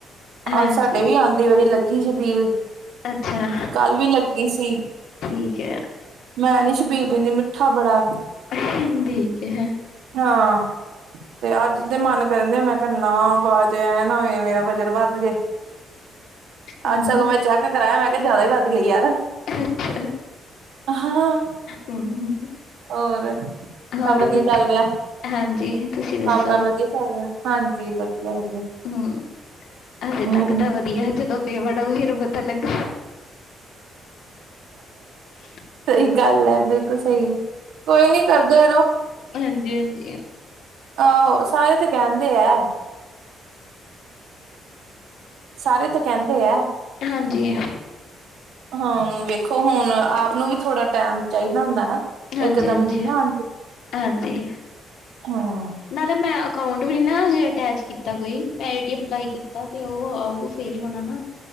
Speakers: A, on the left; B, on the right.
A: ਹਾਂਜੀ
B: ਅੱਜ ਸਾਡੇ ਵੀ ਆਉਂਦੀ ਵਾਰੀ ਲੱਗੀ ਛਬੀਲ
A: ਅੱਛਾ
B: ਕੱਲ ਵੀ ਲੱਗੀ ਸੀ।
A: ਠੀਕ ਹੈ
B: ਮੈਂ ਨੀ ਛਬੀਲ ਪੀਂਦੀ, ਮਿੱਠਾ ਬੜਾ
A: ਠੀਕ ੲੈ।
B: ਹਾਂ, ਤੇ ਅੱਜ ਤੇ ਮਨ ਕਰਨ ਦ ਮੈਂ ਕਿਹਾ ਬਾਅਦ ਚ ਐ ਨਾ ਹੋਵੇ, ਮੇਰਾ ਵਜਨ ਵੱਧ ਜੇ
A: ਹਮ
B: ਅੱਜ ਸਗੋਂ ਮੈਂ ਚੈੱਕ ਕਰਾਇਆ ਮੈਂ ਕਿਹਾ ਜਿਆਦਾ ਵੀ ਵੱਧ ਗਿਆ, ਯਾਰ
A: ਅੱਛਾ।
B: ਹਾਂ,
A: ਹਮ
B: ਹੋਰ ਸਭ
A: ਹੋਰ
B: ਵਧੀਆ
A: ਵਧ
B: ਚੱਲ ਰਿਹਾ,
A: ਹਾਂਜੀ, ਤੁਸੀਂ ਦੱਸੋ?
B: ਕੰਮ ਕਾਰ ਵਧੀਆ ਚੱਲ ਰਿਹਾ -ਹਾਂਜੀ ਵਧੀਆ ਵ
A: ਹੂੰ, ਹਜੇ ਤੱਕ
B: ਹਮ
A: ਤਾਂ ਵਧੀਆ ਏ ਜਦੋਂ ਪੇਮੈਂਟ ਆਊ ਫੇਰ ਪਤਾ ਲੱਗੁ। <inaudible>
B: ਸਹੀ ਗੱਲ ੲੈ ਬਿਲਕੁਲ ਸਹੀ, ਕੋਈ ਨੀ ਕਰਦੇ ਰਹੋ।
A: ਹਾਂਜੀ ਹਾਂਜੀ।
B: ਆਹੋ ਸਾਰੇ ਤੇ ਕਹਿੰਦੇ ੲੈ। ਸਾਰੇ ਤੇ ਕਹਿੰਦੇ ੲੈ।
A: ਹਾਂਜੀ।
B: ਹਾਂ ਵੇਖੋ ਹੁਣ, ਆਪ ਨੂੰ ਵੀ ਥੋੜਾ ਟੈਮ ਚਾਹੀਦਾ ਹੁੰਦਾ ਨਾ।
A: ਹਾਂਜੀ-ਹਾਂਜੀ।
B: ਇਕ ਦਮ ਨੀ ਨਾ ਆਉਂਦੀ,
A: ਹਾਂਜੀ,
B: ਹੂੰ
A: ਨਾਲੇ ਮੈਂ ਅਕਾਊਂਟ ਵੀ ਨ ਨਾ ਹਜੇ ਅਟੈਚ ਕੀਤਾ ਕੋਈ, ਮੈਂ ਏਟੀਮ ਅਪਲਾਈ ਕੀਤਾ ਤੇ ਉਹ ਆਊਗਾ ਤੇ ਫੇਰ ਹੀ ਹੋਣਾ ਨਾ,